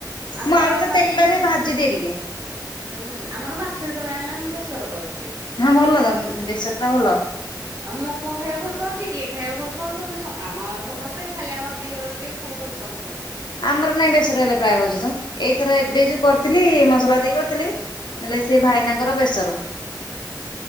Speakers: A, on the right (about 40°); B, on the left (about 80°).
A: ଆମର
B: ମୁଁ ଆଳୁଟା
A: ମାଛ
B: ତେଲରେ ଭାଜିଦିଏ ଟିକେ।
A: ହୁଁ ଆମର ମାଛ ଯେତୋବୋଳେ ଆଇଁଲେ ମୁଁ ବେସର କରିଦିଏ।
B: ହଁ ଭଲ ତ ବେସର ଟା ଭଲ।
A: <unintelligible> ଆଉ ମୋ ପୁଅ ଖାଇବାକୁ ଭଲ ପାଉଛି ଇଏ ଖାଇବାକୁ ଭଲ ପାଉଛନ୍ତି ସ ଆମର ସମସ୍ତେ ଖାଲି ଆମ ଦିଅର ଯିଏ ଖାଇବାକୁ ଭଲ ପାଉନାହାନ୍ତି।
B: ଆମର ନାଇଁ ବେସର ହେଲେ ପ୍ରାୟ ହୋଉଚି ତ ଏଇଥର ଏବେ ଯୋଉ କରିଥିଲି ମସଲା ଦେଇ କରିଥିଲି। ହେଲେ ସିଏ ଭାଇନାଙ୍କର ବେସର।